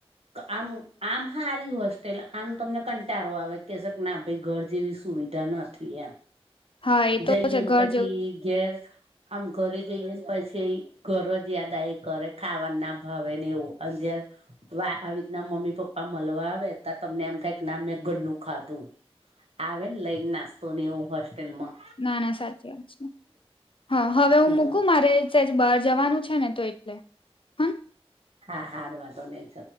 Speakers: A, on the right; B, on the left.
A: આમ આમ હારી હોસ્ટેલ આમ તમને કંટારો આવે કેહે શ ના ભાઈ ઘર જેવી સુવિધા નથી એમ
B: હા એ
A: જઈએને
B: તો છે ઘર
A: પછી
B: જેવું
A: ઘેર આમ ઘરે જઈએ ને પછી ઘરજ યાદા એ કરે ખાવાનું ના ભાવે ને એવું અંદ આવી રિત ના મમ્મી પપ્પા મલવા આવે હતા તમને એમ થાય કે ના મેં ઘરનું ખાધું આવે ને લઈને નાસ્તો ને એવું હોસ્ટેલ માં
B: ના ના સાચી વાત છે હા હવે હું
A: હમ
B: મૂકું મારે સેજ બહાર જવાનું છે ને તો એટલે હમ
A: હા હાર વાંધો નહી છ